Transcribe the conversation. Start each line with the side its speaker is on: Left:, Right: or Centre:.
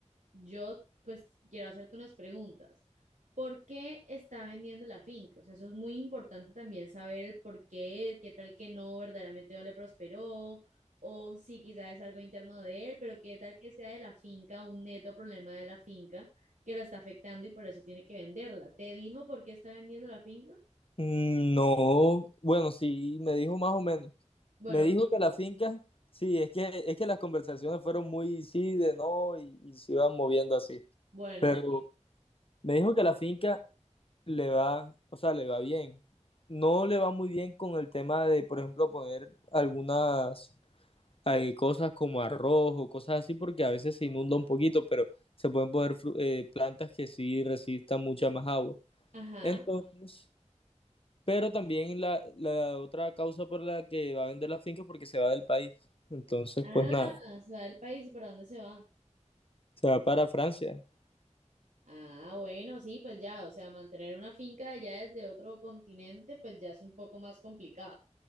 Right: Yo, pues, quiero hacerte unas preguntas. ¿Por qué está vendiendo la finca? O sea, eso es muy importante también saber el por qué, qué tal que no, verdaderamente no le prosperó, o si quizás es algo interno de él, pero qué tal que sea de la finca, un neto problema de la finca que lo está afectando y por eso tiene que venderla. ¿Te dijo por qué está vendiendo la finca?
Left: Mm, No, bueno, sí, me dijo más o menos.
Right: Bueno,
Left: Me dijo que la finca, sí, es que, es que las conversaciones fueron muy sí, de no, y, y se iban moviendo así.
Right: bueno,
Left: Pero me dijo que la finca le va, o sea, le va bien. No le va muy bien con el tema de, por ejemplo, poner algunas hay cosas como arroz o cosas así porque a veces se inunda un poquito, pero se pueden poner fru- eh, plantas que sí resistan mucha más agua.
Right: ajá.
Left: Entonces, pero también la, la otra causa por la que va a vender la finca es porque se va del país. Entonces,
Right: Ah,
Left: pues nada,
Right: se va del país y para dónde se va.
Left: se va para Francia.
Right: Ah, bueno, sí, pues ya, o sea, mantener una finca allá desde otro continente, pues ya es un poco más complicado.